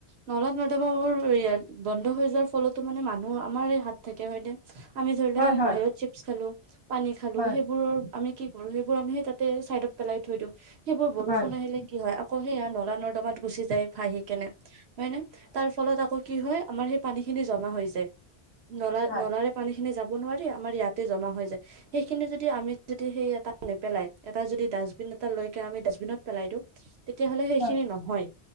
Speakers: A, on the right; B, on the left.
A: নলা নৰ্দমাবোৰ বন্ধ হৈ যোৱাৰ ফলতো মানে মানুহ আমাৰ হাত থাকে হয় নে? আমি ধৰি লও
B: হয় হয়
A: বাহিৰত চিপছ খালো পানী খালো
B: হয়
A: সেইবোৰ আমি কি কৰো সেইবোৰ আমি সে তাতে চাইডত পেলাই থৈ দিওঁ সেইবোৰ বৰষুণ
B: হয়
A: আহিলে কি হয় আকৌ সেইয়া নলা নৰ্দমাত গুচি যায় ভাহি কেনে হয় নে তাৰ ফলত আকৌ কি হয় আমাৰ সেই পানী খিনি জমা হৈ যায় নলা
B: হয়
A: নলাৰে পানী খিনি যাব নোৱাৰি আমাৰ ইয়াতে জমা হৈ যায় সেইখিনি যদি আমি যদি সেই তাত নেপেলাই এটা যদি ডাষ্টবিন এটা লৈক আমি ডাষ্টবিনত পেলাই দিওঁ তেতিয়া হ'লে সেইখিনি
B: হয়
A: নহয়।